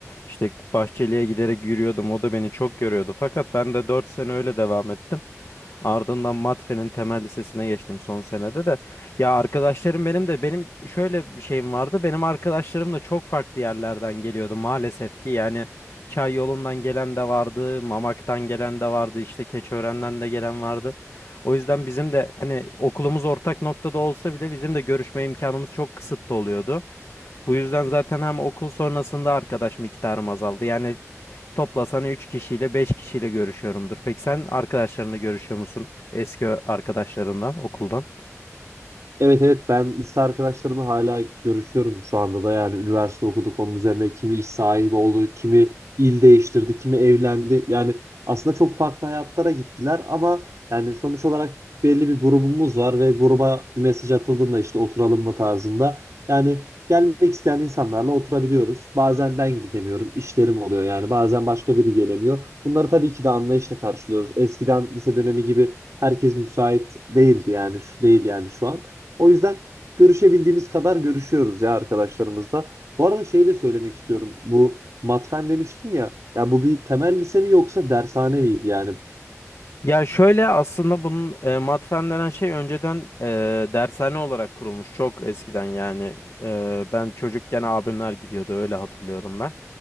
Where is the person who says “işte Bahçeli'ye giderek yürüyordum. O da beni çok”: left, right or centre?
Left